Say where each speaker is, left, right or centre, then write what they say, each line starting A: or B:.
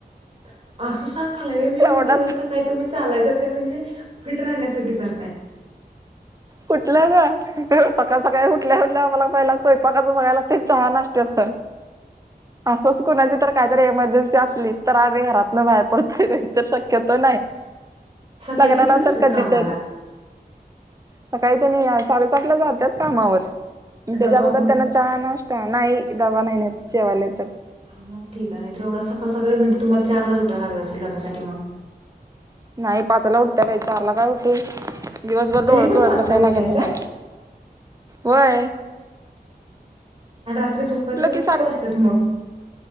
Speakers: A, on the right; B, on the right.
A: <inaudible> असं सांगायला व्हय मी
B: तेवढाच
A: म्हणते रोज सकाळी तुम्ही चालाय जातय म्हणजे फिट राहण्यासाठी जातय
B: कूटलं ग सकाळ सकाळ काय हुठल्या हुठल्या मला पहिल स्वयपाकाचं बघाय लागतय चहा नाश्त्याच असंच कुणाची तर काहीतरी एमर्जन्सी असली तर आम्ही घरातन बाहेर पडतोय नाहीतर शक्यतो
A: सकाळी
B: लग्ना
A: कितीला
B: नंतर
A: जातात
B: कधीतरी
A: कामाला
B: सकाळी त्यांनी साडेसात ला जात कामावर त्याच्या
A: डबा
B: अगोदर
A: मग
B: त्यांना चहा नाश्ता नाही डबा नाही नेत जेवायला येतात
A: हा मग ठीक आहे तर एवढं सकाळ सकाळी म्हणजे तुम्हाला चारलाच उटाय लागत असेल डब्यासाठी मग
B: नाही पाचला उठत बाई चारला काय उठत दिवसभर डोळ
A: तरी पण
B: चोळत
A: पाचला
B: बसायला
A: उठतायसा
B: लागेल मला वय
A: आणि रात्री झोपाय तुम्हाला
B: की
A: किती
B: साडे
A: वाजतात मग